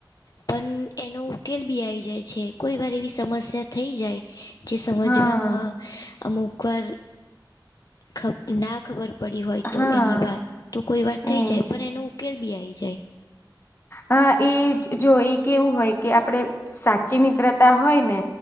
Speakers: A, on the left (about 55°); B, on the left (about 30°).
A: પણ એનો ઉકેલ બી આઈ જાય છે. કોઈ વાર એવી સમસ્યા થઈ જાય જે સમજવામાં
B: હા
A: અમુકવાર ખબ ના ખબર પડી હોય તો
B: હા
A: એની વાત, તો કોઈવાર થઈ
B: એજ
A: જાય પણ એનું ઉકેલ બી આઈ જાય.
B: હા, એ જ જો એ કેવું હોય કે આપડે સાચી મિત્રતા હોય ને